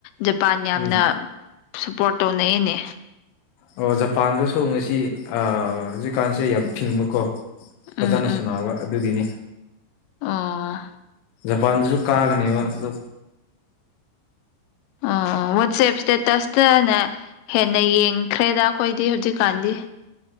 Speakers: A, on the left (about 85°); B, on the left (about 70°).
A: ꯖꯄꯥꯟ ꯌꯥꯝꯅ
B: ꯎꯝ
A: ꯁꯞꯄꯣꯔ꯭ꯠ ꯇꯧꯅꯩꯌ‌ꯦꯅꯦ
B: ꯑꯣ ꯖꯄꯥꯟꯗꯨꯁꯨ ꯉꯁꯤ ꯑꯥ‌ ꯍꯧꯖꯤꯛꯀꯥꯟꯁꯦ ꯌꯥꯝ ꯐꯤꯡꯕꯀꯣ
A: ꯎꯝ
B: ꯐꯖꯅ ꯁꯅꯥꯕ ꯑꯗꯨꯒꯤꯅꯤ
A: ꯑꯥ
B: ꯖꯄꯥꯟꯁꯨ ꯀꯥꯒꯅꯦꯕ ꯑꯗꯣ
A: ꯑꯥ ꯋꯥꯠꯆ‌ꯦꯞ ꯏꯁꯇꯦꯇꯁ ꯇꯅꯥ ꯍꯦꯟꯅ ꯌꯦꯡꯈ꯭ꯔꯦꯗ ꯑꯩꯈꯣꯏꯗꯤ ꯍꯧꯖꯤꯛꯀꯥꯟꯗꯤ